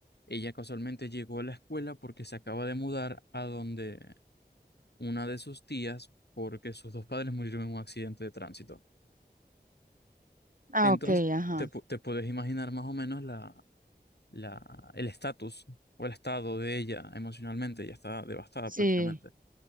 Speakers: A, on the left; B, on the right.
A: ella casualmente llegó a la escuela porque se acaba de mudar a donde una de sus tías, porque sus dos padres murieron en un accidente de tránsito.
B: Ah,
A: Entonces,
B: okay, ajá.
A: te, pu- te puedes imaginar más o menos la, la, el estatus o el estado de ella emocionalmente. Ella está devastada
B: Sí,
A: prácticamente.